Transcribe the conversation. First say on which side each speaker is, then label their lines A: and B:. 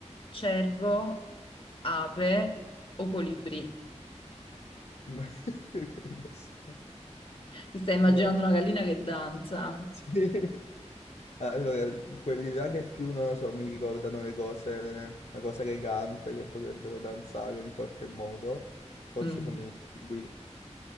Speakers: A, on the left; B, on the left.
A: cervo, ape o colibrì.
B: Ma io Che ne so.
A: Ti stai immaginando
B: Eh,
A: una gallina che danza?
B: sì. Allora, quelli là che più, non lo so, mi ricordano le cose, la cosa elegante che potrebbero danzare in qualche modo, forse
A: Mm,
B: sono i libri,